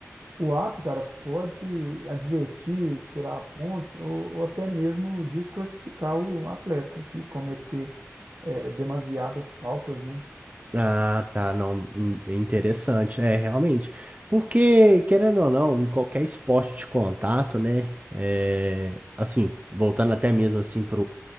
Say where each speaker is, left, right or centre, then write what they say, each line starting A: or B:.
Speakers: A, on the right; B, on the right.
A: O árbitro, cara, pode advertir, tirar pontos ou, ou até mesmo desclassificar o atleta que cometer é, demasiadas faltas, né?
B: Ah, tá, não, hum, interessante, é, realmente, porque, querendo ou não, em qualquer esporte de contato, né, é, assim, voltando até mesmo, assim,